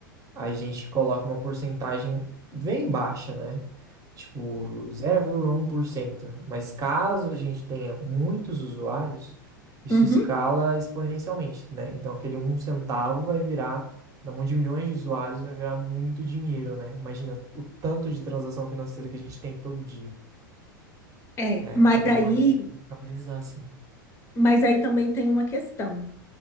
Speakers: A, on the right; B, on the left.
A: a gente coloca uma porcentagem bem baixa, né? Tipo zero vírgula um por cento Mas caso a gente tenha muitos usuários, isso
B: Uhum.
A: escala exponencialmente, né? Então aquele um centavo vai virar, na mão de milhões de usuários, vai virar muito dinheiro, né? Imagina o tanto de transação financeira que a gente tem todo dia.
B: É,
A: É,
B: mas
A: é uma
B: aí
A: maneira de estabilizar, assim.
B: Mas aí também tem uma questão,